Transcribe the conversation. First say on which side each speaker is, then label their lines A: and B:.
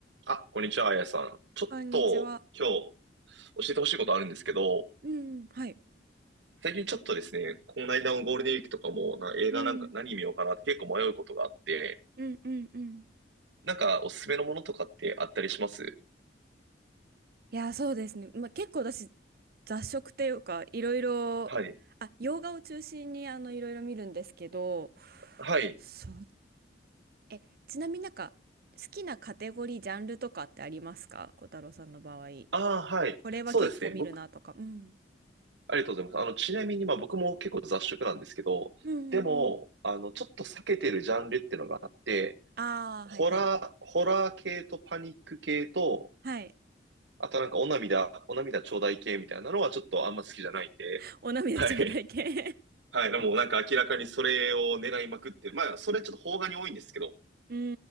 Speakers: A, on the right (about 75°); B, on the right (about 55°).
A: あ、こんにちは、あやさん。ちょっと今日
B: こんにちは。
A: 教えてほしいことあるんですけど、
B: うん、はい。
A: 最近ちょっとですね、この間のゴールデンウィークとかもな映画なんか何見ようかなって結構迷うことがあって、
B: うん、うん、うん、うん。
A: なんかおすすめのものとかってあったりします
B: いや、そうですね。まあ、結構私、雑食っていうか、いろいろ、
A: はい。
B: あ、洋画を中心に、あの、いろいろ見るんですけど、
A: はい。
B: そう。え、ちなみになんか、好きなカテゴリー、ジャンルとかってありますか小太郎さんの場合。
A: ああ、はい。
B: これは結構見るなとか。
A: そうですね。僕、
B: うん。
A: ありがとうございます。あの、ちなみにまあ僕も結構雑食なんですけど、
B: うん、うん、
A: でも、
B: うん。
A: あの、ちょっと避けてるジャンルっていうのがあって、
B: ああ、
A: ホラー、
B: はいはい。
A: ホラー系とパニック系と、
B: はい。
A: あとなんかお涙、お涙ちょうだい系みたいなのはちょっとあんま好きじゃないんで。
B: <laughs> お涙頂戴系。
A: はい。はい。でもなんか明らかにそれを狙いまくってる。まあ、それちょっと邦画に多いんですけど。
B: うー